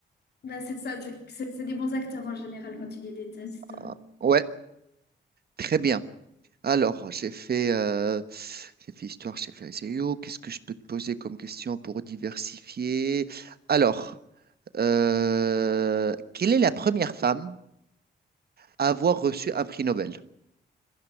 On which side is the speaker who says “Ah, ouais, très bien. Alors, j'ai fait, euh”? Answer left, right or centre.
Right